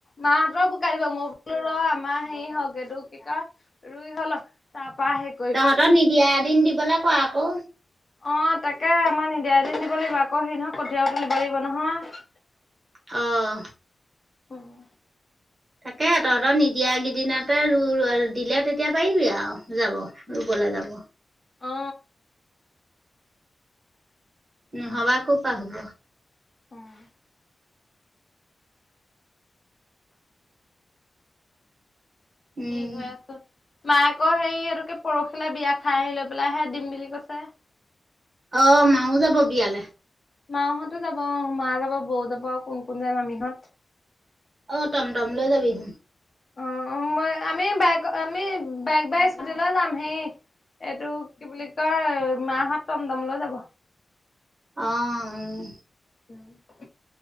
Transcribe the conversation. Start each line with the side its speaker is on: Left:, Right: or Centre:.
Left: মাহঁতৰ পোকাৰ দিব মই বোলো ৰ আমাৰ সেই হওক এইটো কি কয় ৰুই হৈ লক তাৰপা সে।
Right: তহঁতৰ নিদিয়া এদিন দিলে কোৱা আকৌ।
Left: অ তাকে আমাৰ নিদিয়া এদিন দিব লাগিব আকৌ হেৰি নহয় কঠিয়াও তুলিব লাগিব নহয়।
Right: অ'হ।
Left: উ'ম।
Right: তাকে তহঁতৰ নিদিয়াকেইদিনতে ৰু ৰ দিলে তেতিয়া পাৰিবি আউ যাব ৰুবলে যাব।
Left: অ।
Right: উ নহবা কওপা হব।
Left: অ'হ।
Right: উম,
Left: কি হৈ আছো। মায় আকৌ সেই এইটো কি পৰহিলে বিয়া খাই আহি লৈ পেলাইহে দিম বুলি কৈছে।
Right: অ মাও যাব বিয়ালেহ।
Left: মাাহঁতো যাব অ মা যাব বৌ যাব আউ কোন কোন যায় মামিহঁত।
Right: অ টম টম লৈ যাবিহ।
Left: অ' মই আমি বাইগ অ আমি বাইগ বাইক স্কুট লৈ যাম হেই। এইটো কি বুলি কয় মাহাহত টম টম লৈ যাব।
Right: অ অ'হ।
Left: উম।